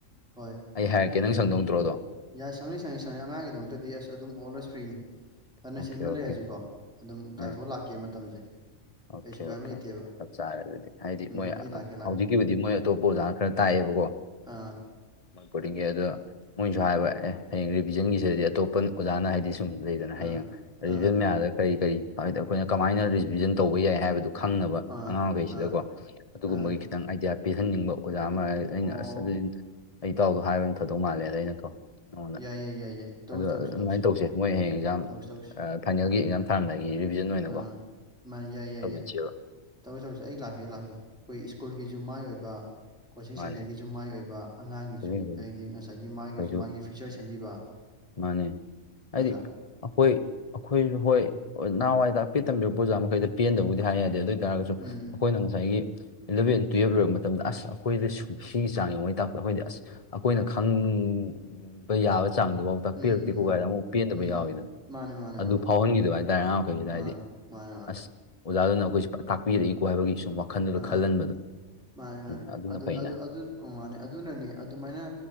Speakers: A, in the centre; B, on the left.
A: ꯍꯣꯏ
B: ꯑꯩ ꯍꯥꯏꯔꯛꯀꯦ ꯅꯪ ꯁꯪꯗꯧꯅꯇ꯭ꯔꯣꯗꯣ
A: ꯌꯥꯏ ꯁꯪꯅꯤ ꯁꯪꯅꯤ ꯁꯪꯅꯤ ꯑꯉꯥꯡꯒꯤꯗꯃꯛꯇꯗꯤ ꯑꯁ ꯑꯗꯨꯝ ꯑꯣꯜꯋꯦꯁ ꯐ꯭ꯔꯤꯅꯤ ꯐꯅ
B: ꯑꯣꯀꯦ
A: ꯆꯤꯟꯕ
B: ꯑꯣꯀꯦ
A: ꯂꯩꯔꯁꯨꯀꯣ ꯑꯗꯨꯝ ꯀꯥꯏꯊꯣꯛ
B: ꯑꯥ
A: ꯑ ꯂꯥꯛꯀꯦ ꯃꯇꯝꯁꯦ
B: ꯑꯣꯀꯦ
A: ꯀꯩꯁꯨ ꯀꯥꯏꯕ
B: ꯑꯣꯀꯦ
A: ꯂꯩꯇꯦꯕ
B: ꯆꯞ ꯆꯥꯔꯦ ꯑꯗꯨꯗꯤ ꯍꯥꯏꯗꯤ
A: ꯎꯝ
B: ꯃꯣꯏ
A: ꯑꯩ ꯂꯥꯛꯀꯦ ꯂꯥꯛꯀꯦ
B: ꯍꯧꯖꯤꯛꯀꯤꯕꯨꯗꯤ ꯃꯣꯏ ꯑꯇꯣꯞꯄ ꯑꯣꯖꯥꯅ ꯈꯔ ꯇꯥꯛꯑꯦꯕꯀꯣ
A: ꯑꯥ
B: ꯕꫭꫪꯗꯤꯡꯒꯤ ꯑꯗꯣ ꯃꯣꯏꯅꯁꯨ ꯍꯥꯏꯕ ꯑꯦ ꯍꯌꯦꯡ ꯔꯤꯚꯤꯖꯟꯒꯤꯁꯤꯗꯗꯤ ꯑꯇꯣꯞꯄ ꯑꯣꯖꯥꯅ ꯍꯥꯏꯗꯤ ꯁꯨꯝ ꯂꯩꯗꯅ ꯍꯌꯦꯡ
A: ꯑꯥ
B: ꯔꯤꯚꯤꯖꯟ
A: ꯑꯥ
B: ꯃꯌꯥꯝꯗ ꯀꯔꯤ ꯀꯔꯤ ꯍꯥꯏꯗꯤ ꯑꯩꯈꯣꯏꯅ ꯀꯃꯥꯏꯅ ꯔꯤꯚꯤꯖꯟ ꯇꯧꯕ ꯌꯥꯏ ꯍꯥꯏꯕꯗꯨ ꯈꯪꯅꯕ
A: ꯑꯥ
B: ꯑꯉꯥꯡ ꯃꯈꯈꯩꯁꯤꯗꯀꯣ
A: ꯑꯥ
B: ꯑꯗꯨꯒꯨꯝꯕꯒꯤ
A: ꯑꯥ
B: ꯈꯤꯇꯪ ꯑꯥꯏꯗꯤꯌꯥ ꯄꯤꯍꯟꯅꯤꯡꯕ ꯑꯣꯖꯥ ꯑꯃ ꯑꯩꯅ
A: ꯑꯣ
B: ꯑꯁ ꯑꯗꯨꯏ ꯑꯩ ꯏꯇꯥꯎꯗꯣ ꯍꯥꯏꯕꯅ ꯊꯥꯗꯧ ꯃꯥꯜꯂꯦꯗ ꯑꯩꯅꯀꯣ ꯅꯉꯣꯟꯗ
A: ꯌꯥꯏ ꯌꯥꯏ ꯌꯥꯏ ꯌꯥꯏ ꯇꯧꯁꯤ
B: ꯑꯗꯨ
A: ꯇꯧꯁꯤ
B: ꯑꯗꯨꯃꯥꯏꯅ
A: ꯇꯧꯁꯤ
B: ꯇꯧꯁꯦ ꯃꯣꯏ ꯍꯌꯦꯡ ꯑꯦꯛꯖꯥꯝ
A: ꯇꯧꯁꯤ ꯇꯧꯁꯤ
B: ꯑ ꯐꯥꯏꯅꯦꯜꯒꯤ ꯑꯦꯛꯖꯥꯝ ꯊꯥꯝꯗꯥꯏꯒꯤ ꯔꯤꯚꯤꯖꯟ ꯑꯣꯏꯅꯀꯣ
A: ꯑꯥ ꯃꯥꯅꯤ ꯌꯥꯏ ꯌꯥꯏ
B: ꯇꯧꯁꯤꯟꯁꯦꯕ
A: ꯌꯥꯏ ꯇꯧꯁꯤ ꯇꯧꯁꯤ ꯑꯩ ꯂꯥꯛꯀꯦ ꯑꯩ ꯂꯥꯛꯀꯦ ꯑꯩꯈꯣꯏ ꯏꯁ꯭ꯀꯨꯜꯒꯤꯁꯨ ꯃꯥꯏ ꯑꯣꯏꯕ ꯀꯣꯆꯤꯡ
B: ꯃꯥꯅꯦ
A: ꯁꯦꯟꯇꫪꯒꯤꯁꯨ ꯃꯥꯏ ꯑꯣꯏꯕ ꯑꯉꯥꯡꯒꯤꯁꯨ
B: ꯍꯧꯖꯤꯛ
A: ꯍꯥꯏꯗꯤ ꯉꯁꯥꯏꯒꯤ ꯃꯥꯒꯤꯁꯨ
B: ꯑꯩꯈꯣꯏꯁꯨ
A: ꯃꯥꯒꯤ ꯐ꯭ꯌꯨꯆꫪ ꯁꯦꯝꯕꯤꯕ
B: ꯃꯥꯅꯦ ꯍꯥꯏꯗꯤ
A: ꯅꯠꯇ꯭ꯔꯥ
B: ꯑꯩꯈꯣꯏ ꯑꯩꯈꯣꯏꯁꯨ ꯍꯣꯏ ꯅꯍꯥꯟꯋꯥꯏꯗꯥꯛꯄꯤ ꯇꯝꯕꯤꯕ ꯄꯨꯖꯥ ꯃꯈꯩꯗꯨ ꯄꯦꯟꯗꯕꯕꯨꯗꯤ ꯍꯥꯏ ꯌꯥꯗꯦ ꯑꯗꯨ ꯑꯣꯏ ꯇꯔꯒꯁꯨ
A: ꯎꯝ
B: ꯑꯩꯈꯣꯏꯅ ꯉꯁꯥꯏꯒꯤ ꯑꯦꯂꯕꯦꯟ ꯇꯨꯌꯦꯜꯕ ꯂꯣꯏꯦꯔꯛ ꯃꯇꯝꯗ ꯑꯁ ꯑꯩꯈꯣꯏꯁꯨ ꯁꯤꯒꯤ ꯆꯥꯡ ꯌꯦꯡꯉꯩ ꯇꯥꯛꯄꯗ ꯑꯩꯈꯣꯏꯗꯤ ꯑꯁ ꯑꯩꯈꯣꯏꯅ ꯈꯪꯕ ꯌꯥꯕ ꯆꯥꯡꯗꯨꯐꯥꯎ ꯇꯛꯄꯤꯔꯛꯇꯦꯀꯣꯒꯥꯏꯗ
A: ꯎꯝ ꯎꯝ
B: ꯑꯃꯨꯛ ꯄꯦꯟꯗꯕ
A: ꯎꯝ
B: ꯌꯥꯎꯋꯤꯗꯅ
A: ꯃꯥꯅꯦ ꯃꯥꯅꯦ
B: ꯑꯗꯨ
A: ꯃꯥꯅꯦ
B: ꯐꯥꯎꯍꯟꯈꯤꯗꯕ ꯍꯥꯏꯇꯥꯔꯦ ꯑꯉꯥꯡ ꯃꯈꯩꯁꯤꯗ
A: ꯃꯥꯅꯦ
B: ꯍꯥꯏꯗꯤ
A: ꯃꯥꯅꯦ ꯃꯥꯅꯦ
B: ꯑꯁ ꯑꯣꯖꯥꯗꯨꯅ ꯑꯩꯈꯣꯏꯁꯦ ꯐꯖ ꯇꯥꯛꯄꯤꯔꯛꯏꯀꯣ ꯍꯥꯏꯕꯒꯤ ꯁꯨꯝ ꯋꯥꯈꯜꯗꯨꯗ
A: ꯑꯥ
B: ꯈꯜꯍꯟꯕꯗꯣ
A: ꯃꯥꯅꯦ ꯃꯥꯅꯦ
B: ꯎꯝ ꯑꯗꯨꯅ
A: ꯑꯗꯨ
B: ꯐꯩꯅ
A: ꯑꯗꯨ ꯑꯗꯨ ꯑꯣ ꯃꯥꯅꯤ ꯑꯗꯨꯅꯅꯤ ꯑꯗꯨꯃꯥꯏꯅ